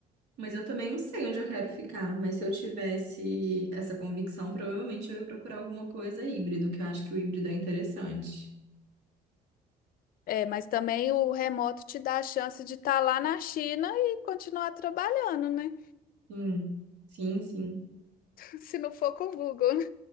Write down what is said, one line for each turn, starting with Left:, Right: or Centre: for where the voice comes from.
Right: Mas eu também não sei onde eu quero ficar. Mas se eu tivesse essa convicção, provavelmente eu ia procurar alguma coisa híbrido, que eu acho que o híbrido é interessante.
Left: É, mas também o remoto te dá a chance de estar lá na China e continuar trabalhando, né?
Right: Sim, sim, sim.
Left: <laughs> Se não for com o Google, né?